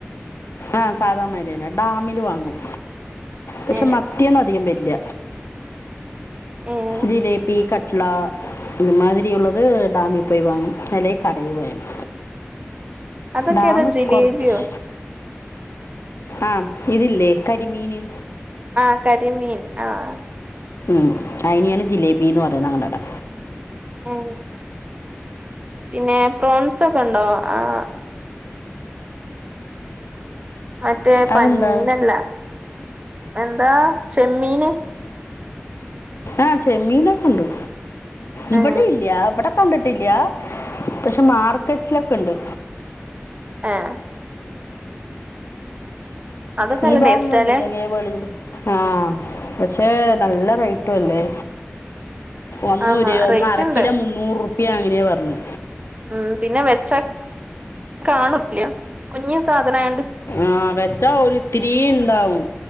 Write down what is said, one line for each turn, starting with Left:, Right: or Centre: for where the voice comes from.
Left: ആഹ് സാധാമാരിന്നെ ഡാമിൽ വാങ്ങും പക്ഷെ
Right: ഏഹ്
Left: മത്തിയൊന്നും അധികം വരില്ല.
Right: ഏഹ്
Left: ജിലേബി, കട്ട്ള ഇമ്മാതിരി ഉള്ളത് ഡാമി പോയി വാങ്ങും അല്ലെയ് കടയി പോയാണ്ട്.
Right: അതൊക്കെ
Left: ഡാമ്
Right: ഏതാ ജിലേബിയോ
Left: കൊറച്ച് ആഹ് ഇതില്ലേ കരിമീന്
Right: ആഹ് കരിമീൻ ആഹ്
Left: ഉം അയിനിയാണ് ജിലേബിന്ന് പറയ ഞങ്ങളഅവടെ.
Right: ഹേ പിന്നെ പ്രോൺസൊക്കെ ഇണ്ടോ ആഹ്? മറ്റേ
Left: അതെന്താ
Right: പഞ്ഞീനല്ല എന്താ ചെമ്മീന്.
Left: ആഹ് ചെമ്മീനൊക്കെ ഉണ്ട് ഇവടെ
Right: ആ
Left: ഇല്ല ഇവടെ കണ്ടിട്ടില്ല പക്ഷെ മാർക്കറ്റിലൊക്കെ ഉണ്ട്.
Right: ഏഹ് അതൊക്കെ നല്ല
Left: ഈ ഭാഗങ്ങളിലില്ല
Right: ടേസ്റ്റാല്ലേ
Left: കേവളിൽ ആഹ് പക്ഷേ നല്ല റേറ്റും അല്ലേ? ഒന്ന്
Right: ആന്നാ
Left: ഒര് ഒന്ന്
Right: റേറ്റ്
Left: അരക്കിലോ
Right: ഉണ്ട്
Left: മുന്നൂറ് റുപ്യ അങ്ങനെയാ പറഞ്ഞേ.
Right: ഉം പിന്നെ വെച്ച കാണൂല്ല കുഞ്ഞു സാധനയോണ്ട്
Left: ആഹ് വെച്ചാ ഒരിത്തിരീ ഇണ്ടാവും